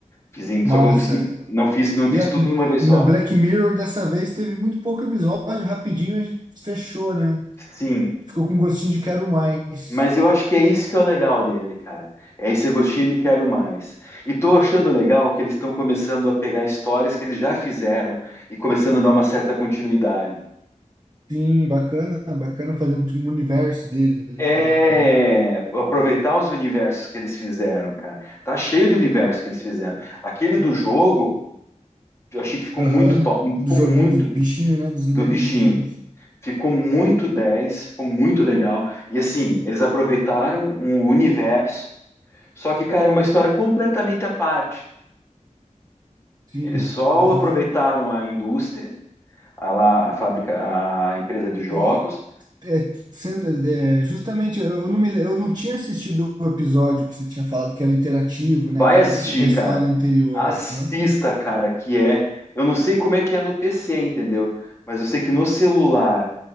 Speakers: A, on the left (about 20°); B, on the right (about 35°).
A: Fiz, em-
B: Massa.
A: só que eu não consegui, não fiz, não fiz
B: E a
A: tudo numa vez
B: Black
A: só.
B: Mirror dessa vez teve muito pouco episódio, rapidinho a gente fechou, né?
A: Sim.
B: Ficou com gostinho de quero mais.
A: Mas eu acho que é isso que é o legal dele, cara. É esse gostinho de quero mais. E tô achando legal que eles estão começando a pegar histórias que eles já fizeram e começando a dar uma certa continuidade.
B: Sim, bacana, bacana fazendo tipo um universo deles ali
A: É
B: próprio, né?
A: aproveitar os universos que eles fizeram, cara. Tá cheio de universos que eles fizeram. Aquele do jogo, eu achei que ficou
B: Aham.
A: muito top, ficou
B: Do joguinho
A: muito
B: dos bichinhos, né? Dos lemeguizinhos.
A: do bichinho. Ficou muito 10, ficou muito legal. E assim, eles aproveitaram um universo, só que, cara, é uma história completamente à parte.
B: Sim,
A: Eles só
B: aham.
A: aproveitaram a indústria, a, lá- a fábrica, a empresa de jogos.
B: E é, sendo, é, justamente eu não me, le- eu não tinha assistido o episódio que você tinha falado que era interativo, né?
A: Vai
B: Que é
A: assistir,
B: da, da história
A: cara.
B: anterior.
A: Assista,
B: aham.
A: cara, que é. Eu não sei como é que é no PC, entendeu? Mas eu sei que no celular